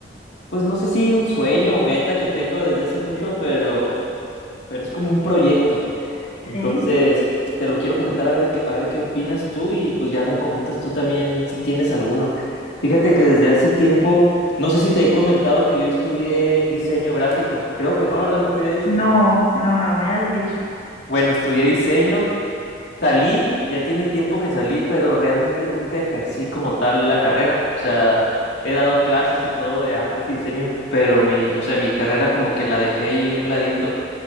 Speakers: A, on the left; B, on the left.
A: pues no sé si un sueño o meta que tengo desde hace mucho, pero, pero es como un proyecto. Entonces,
B: Sí.
A: te lo quiero comentar a ver qué, a ver qué opinas tú y pues ya me comentas tú también si tienes alguno. Fíjate que desde hace tiempo, no sé si te he comentado que yo estudié diseño gráfico. Creo que no, ¿verdad? No te había dicho.
B: No, no, no me has dicho.
A: Bueno, estudié diseño, salí, ya tiene tiempo que salí, pero realmente nunca ejercí como tal la carrera. O sea, he dado clases y todo de artes y diseño, pero mi, o sea, mi carrera como que la dejé ahí a un ladito